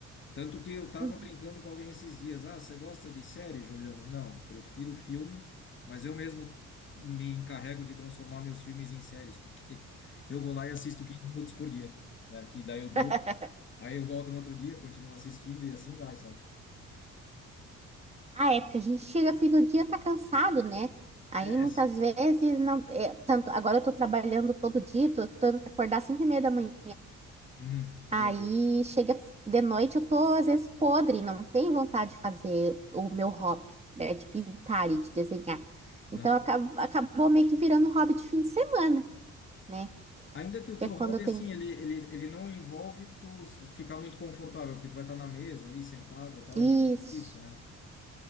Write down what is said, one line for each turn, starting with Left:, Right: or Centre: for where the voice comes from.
Left: Tanto que eu tava
Right: Uhum.
Left: brincando com alguém esses dias. Ah, você gosta de série, Juliano? Não, prefiro filme, mas eu mesmo me encarrego de transformar meus filmes em séries, porque <laughs> eu vou lá e assisto 15 minutos por dia, né? Que daí eu durmo,
Right: <laughs>
Left: aí eu volto no outro dia, continuo assistindo e assim vai, sabe?
Right: Ah, é, porque a gente chega fim do dia tá cansado, né? Aí
Left: É.
Right: muitas
Left: s-
Right: vezes não. é, tanto agora eu tô trabalhando todo dia, tô tendo que acordar às 5h30 da manhã.
Left: Uhum. Meu
Right: Aí
Left: Deus.
Right: chega de noite, eu tô às vezes podre, não tenho vontade de fazer o meu hobby, né, de pintar e de desenhar.
Left: Aham.
Right: Então acab- acabou meio que virando hobby de fim de semana, né?
Left: Ainda que
Right: Porque
Left: o teu
Right: é quando
Left: hobby,
Right: eu tenho
Left: assim, ele, ele, ele não envolve tu s- ficar muito confortável, porque tu vai estar na mesa ali, sentada, tal,
Right: isso.
Left: é mais difícil, né?